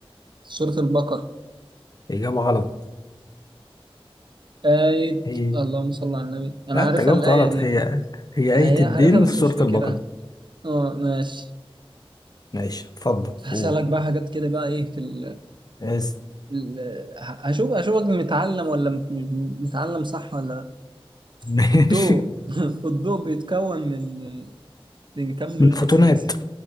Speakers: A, on the right; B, on the left.
A: سورة البقرة
B: اجابة غلط
A: آية
B: هي
A: اللهم صل على النبي أنا
B: لا
A: عارفها
B: انت جاوبت
A: الآية
B: غلط
A: دي
B: هي هي
A: أنا
B: آية
A: هي
B: الدين
A: عارفها بس
B: في سورة
A: مش فاكرها
B: البقرة
A: اه ماشي
B: ماشي اتفضل
A: هسألك
B: قول
A: بقى حاجات كده بقى ايه في ال...
B: اسف <laughs>
A: ال... ه- هشوف اشوفك متعلم ولا م- م- متعلم صح ولا لا.
B: ماشي
A: الضوء <laughs> الضوء بيتكون من من كام لون
B: من الفوتونات
A: اساسي